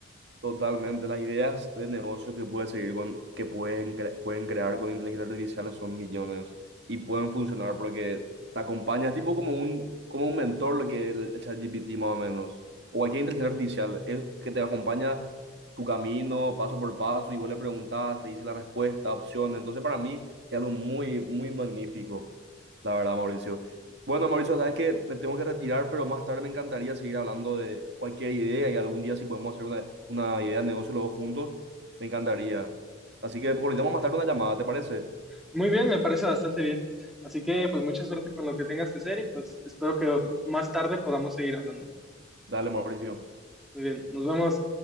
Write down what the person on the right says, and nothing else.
Totalmente, las ideas de negocio que pueden seguir con, que pueden, cre- pueden crear con inteligencia artificial son millones y pueden funcionar porque te acompañas, tipo como un, como un mentor, lo que el, el ChatGPT más o menos, o cualquier inteligencia artificial, es que te acompaña tu camino paso por paso y vos le preguntás, te dice la respuesta, opciones. Entonces, para mí es algo muy, muy magnífico, la verdad, Mauricio. Bueno, Mauricio, sabes que me tengo que retirar, pero más tarde me encantaría seguir hablando de cualquier idea y algún día si podemos hacer una, una idea de negocio los dos juntos, me encantaría. Así que coordinamos más tarde una llamada, ¿te parece?
Dale, Mauricio.